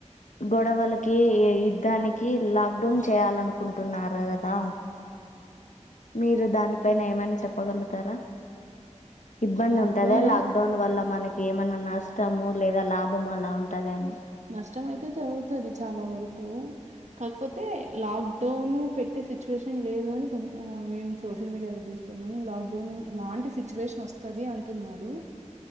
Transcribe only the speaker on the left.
గొడవలకి యుద్ధానికి లాక్డౌన్ చేయాలనుకుంటున్నారు కదా మీరు దాని పైన ఏమనా చెప్పగలుగుతారా ఇబ్బంది
ఉంటద
లాక్ డౌన్ వల్ల మనక్ ఏమన్నా నష్టము లేదా లాభము అలా ఉంటుంది అని